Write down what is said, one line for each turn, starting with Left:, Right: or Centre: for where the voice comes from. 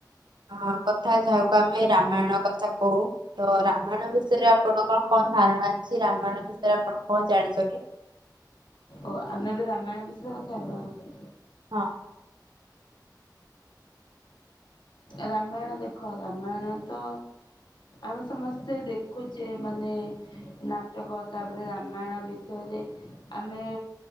Right: ହଁ କଥା ଯାହାକୁ ଆମେ ରାମାୟଣ କଥା କହୁ ତ ରାମାୟଣ ବିଷୟରେ ଆପଣ କଣ କଣ ଧାରଣା ଅଛି ରାମାୟଣ ବିଷୟରେ ଆପଣ କଣ ଜାଣିଛନ୍ତି।
Left: ଓ ଆମେ ଏବେ ରାମାୟଣ ବିଷୟରେ କଥା ହେବା।
Right: ହଁ।
Left: ରାମାୟଣ ଦେଖ ରାମାୟଣ ତ ଆମେ ସମସ୍ତେ ଦେଖୁଛେ ମାନେ ନାଟକ ତାପରେ ରାମାୟଣ ବିଷୟରେ। ଆମେ